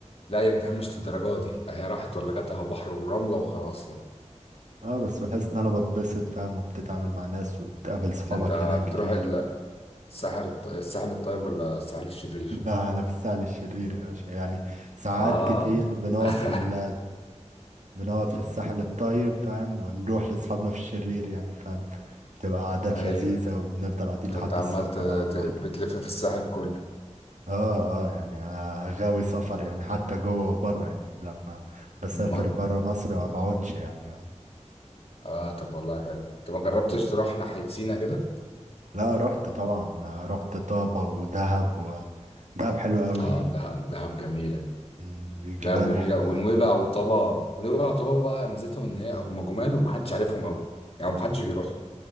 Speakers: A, on the left (about 50°); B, on the right (about 75°).
A: لا يا جدعان مش للدرجة دي هي راحت ولا جت على بحر ورملة وخلاص يعني
B: اه بس بحس إن أنا بتبسط فاهم وبتتعامل مع ناس وبتقابل صحابك
A: ده انت
B: هناك كتير
A: بتروح ال- الساحل الط- الساحل الطيب ولا الساحل الشرير؟
B: <laughs> لا أنا في الساحل الشرير يا باشا يعني ساعات
A: اه
B: كتير بنقعد
A: <laughs>
B: في ال- بنقعد في الساحل الطيب فاهم ونروح لأصحابنا في الشرير يعني فاهم تبقى عادات
A: ايوه
B: لذيذة وبنفضل قاعدين
A: فانت
B: لحد
A: عمال
B: الصبح
A: ت-
B: بقى على البحر
A: ت- بتلف في الساحل كله
B: اه اه يعني آه، غاوي سفر يعني حتى جوه وبره يعني لما بسافر
A: ما-
B: بره مصر ما بقعدش يعني آه.
A: اه طب والله حلو انت ما جربتش
B: م.
A: تروح ناحية سينا كده؟
B: لا رحت طبعا آه، رحت طابة ودهب و دهب حلو قوي
A: اه دهب دهب جميلة
B: والجبال
A: دهب جميلة
B: حلوة
A: ونويبع
B: قوي
A: وطابا ونويبع وطابا بقى ميزتهم إن هي هم جمال ومحدش عارفهم أوي يعني محدش بيروح